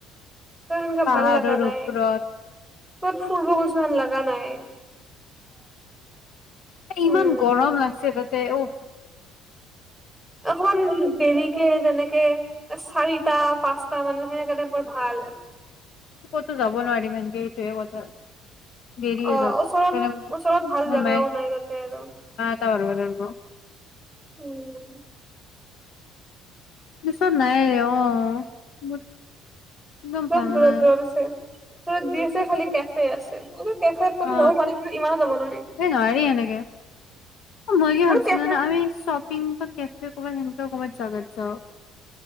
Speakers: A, in the centre; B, on the left.
A: ত সেনেকাে
B: পাহাৰৰ
A: ভাল লগা নাই।
B: ওপৰত
A: ফুৰিব গৈছো হেন লগা নাই
B: এ
A: উম
B: ইমান গৰম লাগছে গা তাতে উফ।
A: অকমান দেৰিকে যেনেকে চাৰিটা পাঁচ। তা মানে সে কেইটা ভাল
B: তো যাব নোৱাৰি তেনেকৈ এইটোয়ে কথা দেৰি হৈ
A: অ
B: যাব
A: ওচৰত
B: এইফালে মোৰ
A: ওচৰত ভাল
B: মোৰ
A: জোগাও
B: মায়ে
A: নাই তাতে আৰু
B: <unintelligible>
A: উম
B: পিছত নাই অ মোৰ একদম
A: বহুত
B: ভাল
A: দূৰত
B: নাই
A: দূৰত আছে ওচৰত জি আছে খালি কেফে আছে কেফেত মানে
B: অ
A: যাব পাৰি কিন্তু ইমানো যাব নোৱাৰি
B: এই নোৱাৰি এনেকে মই কি ভাবিছিলো
A: আৰু কেফে
B: আমি শ্বপিং কেফে কবাত সেনেক কবাত জাগাত যাও